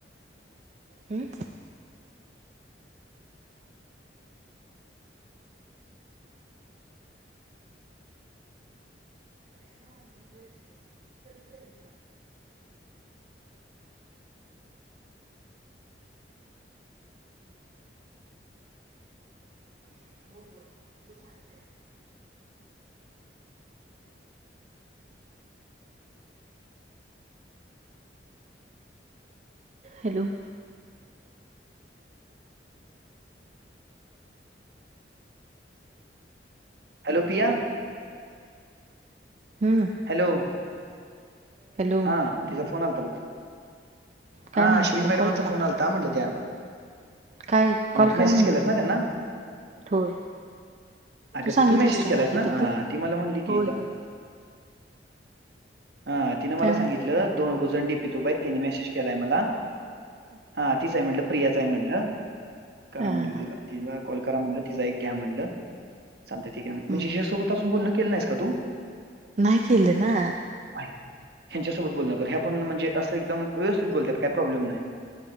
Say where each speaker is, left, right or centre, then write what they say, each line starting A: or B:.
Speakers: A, on the right; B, on the right.
A: हम? <inaudible> <inaudible> हॅलो.
B: हॅलो पिया
A: हम्म.
B: हॅलो.
A: हॅलो
B: हा तिचा फोन आलता बघ,
A: काय
B: हा
A: म्हणतो
B: अश्विन
A: त्या
B: मॅडमांचा
A: कॉल करा
B: फोन आलता म्हनलं त्या.
A: काय कॉल
B: अ तु
A: करा
B: मेसेज
A: म्हणून
B: केलास ना त्यांना?
A: होय
B: अगं
A: सांगितलंस
B: तू मेसेज
A: काय
B: केलायस
A: माझ्याबद्दल
B: ना? अ ती मला म्हणली की,
A: होय
B: त्या
A: होय
B: हा तिनं मला
A: काय म्हटलं
B: सांगितलं दोघ जण डीपी त उभा आहेत त्यांनी मेसेज केलाय मला हा तीच आहे म्हटलं, प्रियाच आहे म्हणलं, करा
A: हा
B: म्हटलं
A: हा
B: तिला. तिला कॉल करा म्हणलं, तिला एक घ्या म्हटलं, चालतय ठीक आहे
A: हम्म
B: म्हणजे हिच्या सोबत आजून बोलण केलं नाहीस का तू?
A: नाही केल ना.
B: आहे ह्यांच्यासोबत बोलणं कर, ह्या पण म्हणजे असं एकदम व्यवस्थित बोलत्यात काय प्रॉब्लेम नाय.